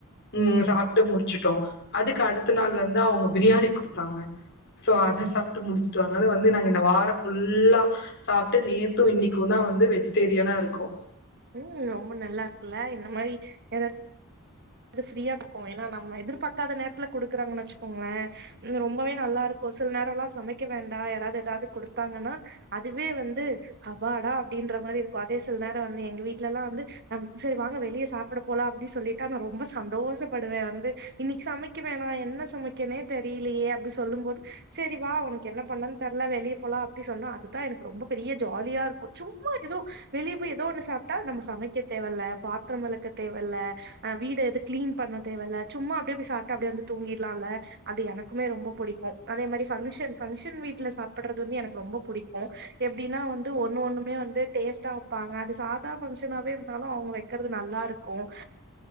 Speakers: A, on the left; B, on the right.
A: உம் சாப்ட்டு முடிச்சுட்டோம் அதுக்கடுத்த நாள் வந்து அவங்க பிரியாணி குடுத்தாங்க சோ அத சாப் சாப்ட்டு முடிச்சுட்டோம் அதனால வந்து நாங்க இந்த வாரம் ஃபுல்லா சாப்ட்டு நேத்தும் இன்னைக்குந்தா வந்து வெஜிடேரியனா இருக்கோம்
B: ம் ரொம்ப நல்லாருக்குல்ல இந்த மாரி எதாது அது ஃப்ரீயா இருக்கும் ஏனா நம்ம எதிர்பாக்காத நேரத்ல குடுக்குறாங்கனு வச்சுக்கோங்களே ரொம்பவே நல்லாருக்கும் சில நேரம்லா சமைக்க வேண்டா யாராவது எதாவது குடுத்தாங்கனா அதுவே வந்து அப்பாடா அப்டின்ற மாரி இருக்கும் அதே சில நேரம் வந்து எங்க வீட்லெலா வந்து சரி வாங்க வெளிய சாப்ட போலா அப்டி சொல்லிட்டா நா ரொம்ப ரொம்ப சந்தோஷப்படுவ வந்து இன்னைக்கு சமைக்க வேணா என்ன சமைக்கணு தெரிலையே அப்டி சொல்லும் போது சரி வா உனக்கு என்ன பண்லனு தெர்ல வெளிய போலாம் அப்டினு சொன்னா அதுதா எனக்கு ரொம்ப பெரிய ஜாலியா இருக்கும் சும்மா எதோ வெளியே போய் எதோ ஒண்ணு சாப்ட்டா நம்ம சமைக்க தேவையில பாத்ரம் விளக்க தேவையில்ல வீட்டு து எது க்ளீன் பண்ண தேவல்ல சும்மா அப்டே போய் சாட்டு அப்டே வந்து தூங்கிர்லால அது எனக்குமே ரொம்ப புடிக்கும் அதே மாரி பங்குஷன் பங்ஷன் வீட்ல சாப்பட்றது வந்து எனக்கு ரொம்ப புடிக்கும் எப்டினா வந்து ஒன்னு ஒன்னுமே வந்து டேஸ்ட்டா வப்பாங்க அது சாதா பங்க்ஷனாவேருந்தாலும் அவுங்க வெக்கறது நல்லாருக்கும்